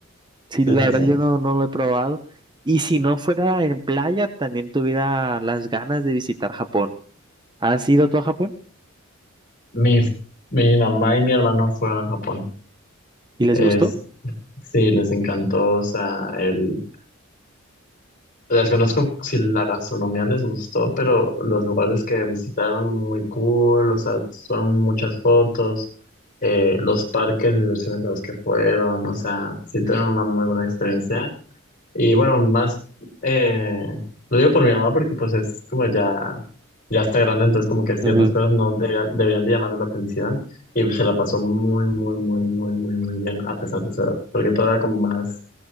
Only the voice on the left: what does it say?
sí,
sí,
sí.
Mi, mi mamá y mi hermano fueron a Japón.
Es, sí, les encantó, o sea, el... Desconozco si la gastronomía les gustó, pero los lugares que visitaron muy cool, o sea, son muchas fotos, eh, los parques de diversiones a los que fueron, o sea, sí tuvieron una muy buena experiencia. Y bueno, más, eh, lo digo por mi mamá porque pues es como ya, ya está grande, entonces como que ciertas
cosas no deberían, deberían de llamar la atención y se la pasó muy, muy, muy, muy, muy, muy bien a pesar de su edad, porque todo era como más,